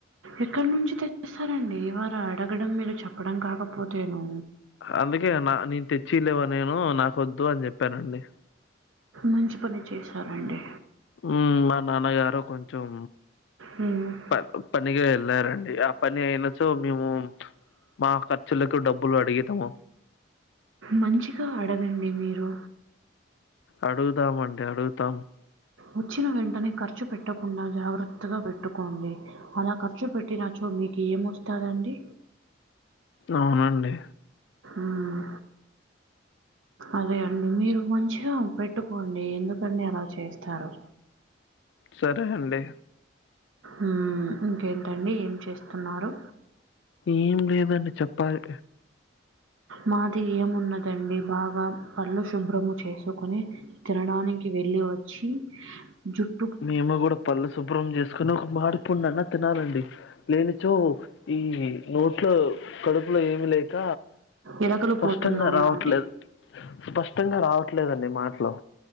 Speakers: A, on the right; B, on the left.
A: ఎక్కడ నుంచి తెచ్చిస్తారండి వారు అడగడం మీరు చెప్పడం కాకపోతేను
B: అందుకే నా నేను తెచ్చిలేవా నేను నాక వద్దు అని చెప్పానండి
A: మంచి పని చేశారండి
B: ఉమ్ మా నాన్నగారు కొంచం
A: మ్
B: ప పనిగా వెళ్లారండి ఆ పని అయినచో మేము మా ఖర్చులకు డబ్బులు అడిగెదము
A: మంచిగా అడగండి మీరు
B: అడుగుదాం అండి అడుగుతాం
A: వచ్చిన వెంటనే ఖర్చు పెట్టకుండా జాగ్రత్తగా పెట్టుకోండి అలా ఖర్చు పెట్టినచ్చో మీకు ఏం వస్తాదండి
B: అవునండి
A: మ్ అదే అండి మీరు మంచిగా పెట్టుకోండి ఎందుకండి అలా చేస్తారు
B: సరే అండి
A: మ్ ఇంకేంటండి ఏం చేస్తున్నారు
B: ఏం లేదండి చెప్పాలి
A: మాది ఏమున్నదండి బాగా పళ్ళు శుభ్రము చేసుకోని తినడానికి వెళ్ళి వచ్చి జుట్
B: మేము గూడా పళ్ళు శుభ్రం చేసుకోని ఒక మాడిపండు అన్న తినాలండి లేనిచో ఈ నోట్లో కడుపులో ఏమి లేక
A: ఎలకలు
B: స్పష్టంగా
A: పోతున్నాయా
B: రావట్లేదు
A: అండి
B: స్పష్టంగా రావట్లేదండి మాటలో